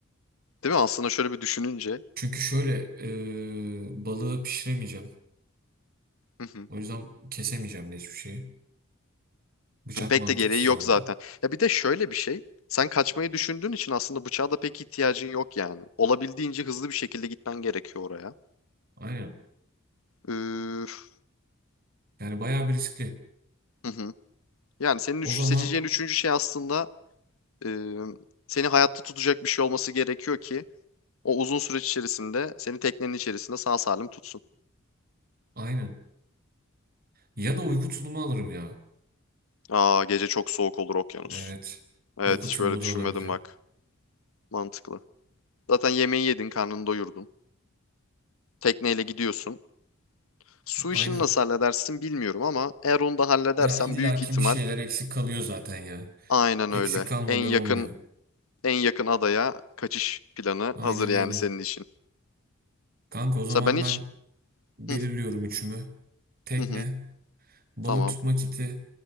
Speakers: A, on the left; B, on the right.
A: Değil mi? Aslında şöyle bir düşününce
B: Çünkü şöyle e, balığı pişiremeyeceğim.
A: hı hı,
B: O yüzden kesemeyeceğim de hiçbir şeyi. Bıçak
A: pek
B: mantıksız
A: de gereği yok
B: oldu.
A: zaten. Ya bir de şöyle bir şey. Sen kaçmayı düşündüğün için aslında bıçağa da pek ihtiyacın yok yani. Olabildiğince hızlı bir şekilde gitmen gerekiyor oraya.
B: Aynen.
A: Üf,
B: Yani bayağı bir riskli.
A: hı hı. Yani senin
B: O
A: üç-
B: zaman
A: seçeceğin üçüncü şey aslında e, seni hayatta tutacak bir şey olması gerekiyor ki o uzun süreç içerisinde seni teknenin içerisinde sağ salim tutsun.
B: aynen. Ya da uyku tulumu alırım ya.
A: Aa gece çok soğuk olur okyanus.
B: Evet.
A: Evet
B: Uyku
A: hiç
B: tulumu
A: böyle düşünmedim
B: da alabilirim.
A: bak. Mantıklı. Zaten yemeği yedin, karnını doyurdun. Tekneyle gidiyorsun. Su
B: Aynen.
A: işini nasıl halledersin bilmiyorum ama eğer onu da halledersen
B: Ya illaki
A: büyük ihtimal
B: bir şeyler eksik kalıyor zaten ya.
A: aynen
B: Eksik
A: öyle.
B: kalmadan
A: En yakın
B: olmuyor.
A: en yakın adaya kaçış planı
B: Aynen
A: hazır yani
B: öyle.
A: senin için.
B: Kanka o zaman
A: Mesela ben hiç
B: ben belirliyorum
A: hı
B: üçümü. Tekne,
A: hı hı
B: balık
A: tamam
B: tutma kiti,